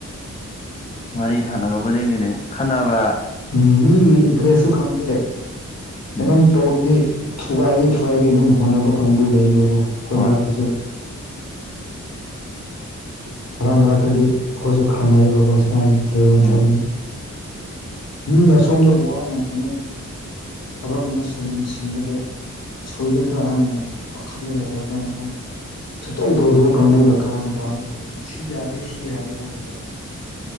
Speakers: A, on the left; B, on the left.
A: ꯋꯥꯔꯤ ꯁꯥꯟꯅꯕ ꯈꯨꯗꯤꯡꯒꯤꯅꯦ ꯈꯟꯅꯅꯕ
B: ꯎꯝ ꯃꯤꯒꯤ ꯏꯟꯇ꯭ꯔꯦꯁꯁꯨ ꯈꯪꯗꯦ ꯀꯩꯅꯣꯝ
A: ꯎꯝ
B: ꯇꯧꯔꯗꯤ ꯊꯨꯒꯥꯏꯒ ꯊꯨꯒꯥꯏꯒꯦ ꯑꯗꯨꯝ ꯍꯣꯠꯅꯕ ꯀꯥꯡꯕꯨ ꯂꯩꯌꯦꯕꯀꯣ ꯑꯩꯈꯣꯏ
A: ꯍꯣꯏ
B: ꯃꯔꯛꯛꯇꯁꯨ ꯃꯔꯛ ꯃꯔꯛꯇꯗꯤ ꯑꯩꯈꯣꯏꯁꯨ ꯈꯅꯩꯌꯦꯕꯀ ꯁꯨꯃꯥꯏꯅ ꯂꯩꯕ ꯃꯇꯝꯗ
A: ꯎꯝ
B: ꯃꯤꯅ ꯁꯣꯝꯗ ꯋꯥꯅ ꯀꯩꯅꯣ ꯊꯕꯛ ꯑꯃ ꯁꯤꯟꯕꯗ ꯁꯣꯏꯒꯗ꯭ꯔꯥ ꯍꯥꯏꯅ ꯄꯥꯈꯠꯂꯒ ꯇꯧꯕ ꯀꯥꯟꯗ ꯃꯣꯏ ꯁꯨꯇꯧ ꯇꯧꯗꯕ ꯀꯥꯡꯕꯨꯅ ꯀꯔꯝ ꯇ ꯂꯩꯅꯤ ꯁꯤ ꯌꯥꯗꯦ ꯁꯤ ꯌꯥꯗꯦ ꯍꯥꯏꯕꯗ